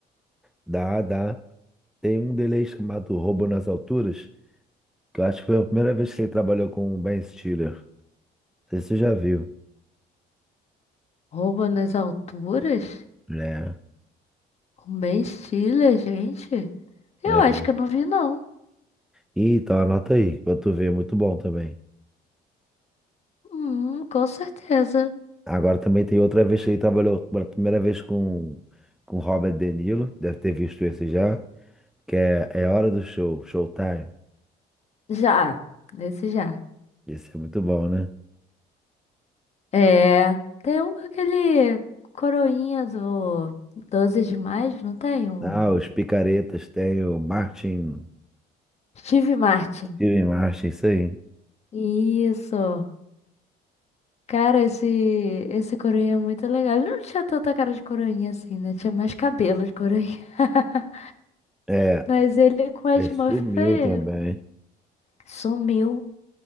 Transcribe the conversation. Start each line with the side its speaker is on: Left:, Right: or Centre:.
Centre: Dá, dá. Tem um dele aí chamado Roubo nas Alturas, que eu acho que foi a primeira vez que ele trabalhou com o Ben Stiller. Não sei se você já viu,
Left: Rouba nas alturas?
Centre: né?
Left: Com Ben Stiller, gente? Eu
Centre: É.
Left: acho que eu não vi, não.
Centre: Ih, Então anota aí, pra tu ver, é muito bom também.
Left: Hum, com certeza.
Centre: Agora também tem outra vez que ele trabalhou pela primeira vez com, com Robert De Niro, deve ter visto esse já, que é, é Hora do Show, Showtime.
Left: Já, esse já.
Centre: Esse é muito bom, né?
Left: É, tem um com aquele coroinha do 12 de mais, não tem? Um
Centre: Ah, os Picaretas tem o Martin,
Left: Steve Martin.
Centre: Steven Martin, isso aí.
Left: Isso. Cara, esse, esse coroinha é muito legal. Ele não tinha tanta cara de coroinha assim, né? Tinha mais cabelo de coroinha. <laughs>
Centre: É,
Left: Mas ele com Edmuff
Centre: ele sumiu
Left: foi-
Centre: também.
Left: sumiu.